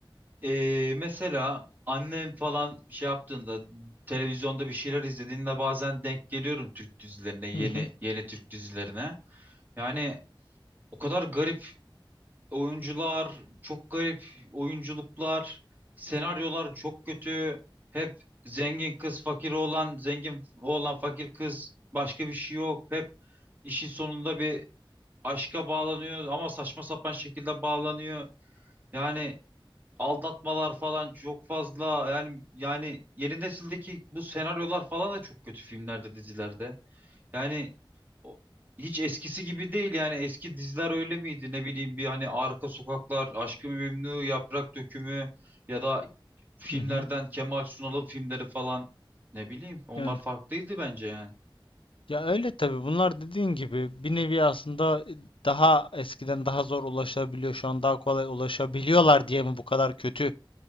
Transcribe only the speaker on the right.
eee, mesela annem falan şey yaptığında televizyonda bir şeyler izlediğinde bazen denk geliyorum Türk dizilerine, yeni
yeni Türk dizilerine. Yani o kadar garip oyuncular çok garip oyunculuklar, senaryolar çok kötü. Hep zengin kız fakir oğlan, zengin oğlan fakir kız başka bir şey yok. Hep işin sonunda bir aşka bağlanıyor ama saçma sapan şekilde bağlanıyor. Yani aldatmalar falan çok fazla. Yani yani yeni nesildeki bu senaryolar falan da çok kötü filmlerde, dizilerde. Yani o- hiç eskisi gibi değil yani eski diziler öyle miydi ne bileyim bir hani Arka Sokaklar, Aşk-ı Memnu, Yaprak Dökümü ya da filmlerden
Kemal Sunal'ın filmleri falan ne bileyim onlar
farklıydı bence yani.